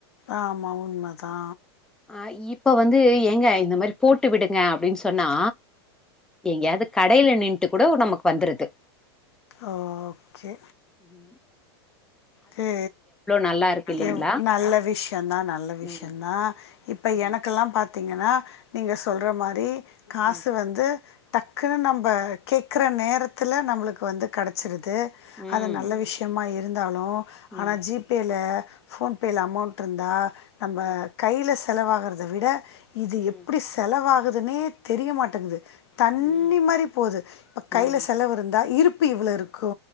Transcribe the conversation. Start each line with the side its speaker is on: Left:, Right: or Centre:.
Left: ஆமா உண்ம தா
Centre: அ இப்ப வந்து ஏங்க இந்த மாரி போட்டு விடுங்க அப்டின் சொன்னா எங்கயாது கடைல நின்ட்டு கூடொ நமக்கு வந்துருது
Left: ஆமா சே
Centre: உம்
Left: கே
Centre: நல்லா இருக்கு இல்லைங்களா
Left: எவ் நல்ல விஷ்யொந் தா நல்ல விஷ்யொந்தா
Centre: ம்
Left: இப்ப
Centre: ம்
Left: எனக்கெல்லா பாத் த்திங்கன்னா நீங்க சொல்ற மாரி காசு
Centre: ம்
Left: வந்து டக்குன்னு நம்ப கேக்குற நேரத்துல நம்மளுக்கு வந்து கெடச்சிருது
Centre: ம்
Left: அது நல்ல விஷ்யமா இருந்தாலு
Centre: ம்
Left: ஆனா ஜி பே ல ஃபோன்பேல அமௌண்ட் இருந்தா நம்ம
Centre: ம்
Left: கைல செலவாகறத விட இது
Centre: ம்
Left: எப்டி செ செலவாகுதுன்னே தெரிய மாட்டெங்குது தண்ணி
Centre: ம் ம்
Left: மாரி போது இப்ப
Centre: ம்
Left: கைல செலவு இருந்தா இருப்பு இவ்ள இருக்கு